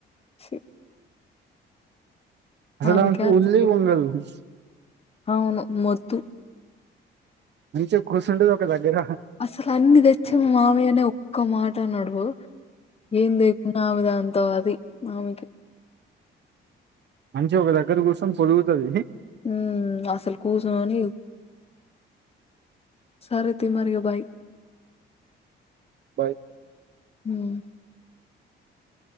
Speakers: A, on the left; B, on the right.
A: ఛీ
B: అసలామెకు
A: ఆమెకే అంత
B: ఉల్లీ
A: ఫీల్
B: ఉండదు ఉహు
A: అవును మొద్దు
B: మంచిగా కుసుంటది ఒక దగ్గర
A: అసలు అన్ని దెచ్చిన మామయ్యనే ఒక్క మాట అనడు ఏం దె నా మీదా అంతా అది మామయ్యకి
B: మంచిగా ఒక దగ్గర కూర్సొనీ పొరుగుతుంది
A: ఉమ్ అసలు కుసోనిదూ సారేతి మరిగా బాయ్
B: బాయ్
A: ఉమ్